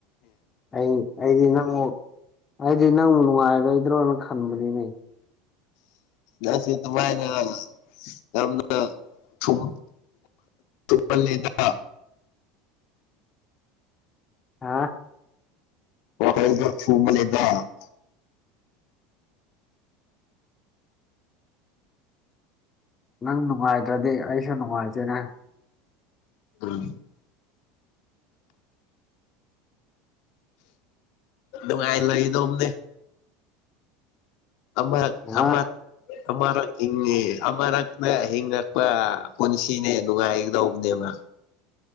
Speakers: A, on the left; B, on the left.
A: ꯑꯩ ꯑꯩꯗꯤ ꯅꯪꯕꯨ ꯍꯥꯏꯗꯤ ꯅꯪꯕꯨ ꯅꯨꯡꯉꯥꯏꯔꯣꯏꯗ꯭ꯔꯣꯅ ꯈꯟꯕꯅꯤ ꯅ
B: ꯑꯩꯁꯤ ꯗꯨꯃꯥꯥꯏꯅ ꯌꯥꯝꯅ ꯊꯨꯝ ꯊꯨꯃꯟꯂꯦꯅ
A: ꯍꯥ
B: <unintelligible>
A: ꯅꯪ ꯅꯨꯡꯉꯥꯏꯗ꯭ꯔꯗꯤ ꯑꯩꯁꯨ ꯅꯨꯡꯉꯥꯏꯇꯦꯅꯦ
B: ꯎꯝ ꯅꯨꯡꯉꯥꯏ ꯂꯩꯒꯗꯣꯝꯅꯦ ꯑꯃ
A: ꯍꯥ
B: ꯑꯃ ꯑꯃꯔꯛ ꯍꯤꯡꯉꯤ ꯑꯃꯔꯛꯅ ꯍꯤꯡꯉꯛꯄ ꯄꯨꯟꯁꯤꯅꯦ ꯅꯨꯡꯉꯥꯏꯒꯗꯧꯕꯅꯦꯕ